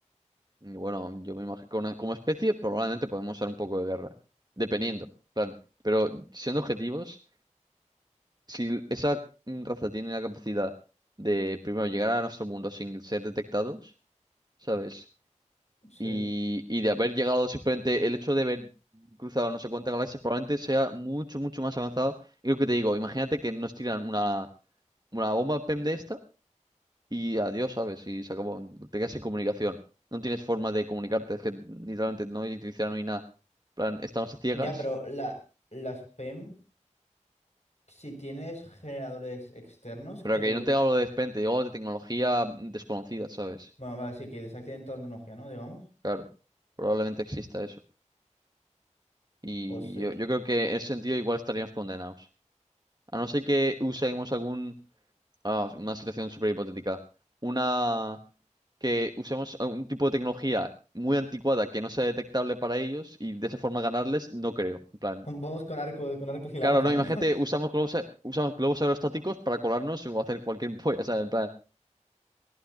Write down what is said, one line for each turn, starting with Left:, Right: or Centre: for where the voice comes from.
Right: Y bueno, yo me imagino, como especie, probablemente podemos usar un poco de guerra, dependiendo, en plan. Pero siendo objetivos. si esa mm, raza tiene la capacidad de primero llegar a nuestro mundo sin ser detectados, ¿sabes?
Left: Sí.
Right: Y, y de haber llegado simplemente el hecho de haber cruzado no sé cuántas galaxias probablemente sea mucho, mucho más avanzado. Y lo que te digo, imagínate que nos tiran una, una bomba PEM de esta y adiós, ¿sabes? Y se acabó, te quedas sin comunicación. No tienes forma de comunicarte, es que literalmente no hay electricidad, no hay nada. En plan, estamos a ciegas,
Left: Ya, pero la, las PEM, si tienes generadores externos,
Right: pero
Left: creo...
Right: que yo no tenga algo de repente, yo de tecnología desconocida, ¿sabes?
Left: Bueno, vale, sí, que desactiven toda la tecnología, ¿no? Digamos.
Right: Claro, probablemente exista eso. Y
Left: Pues sí.
Right: yo, yo creo que en ese sentido igual estaríamos condenados. A no ser que usemos algún... ah, una situación súper hipotética. Una... que usemos un tipo de tecnología muy anticuada que no sea detectable para ellos y de esa forma ganarles, no creo. En plan...
Left: Vamos con arcos, con arcos y lanzas,
Right: Claro, no, imagínate,
Left: ¿no?
Right: usamos globos, a- usamos globos aerostáticos para colarnos o hacer cualquier <laughs> polla, ¿sabes?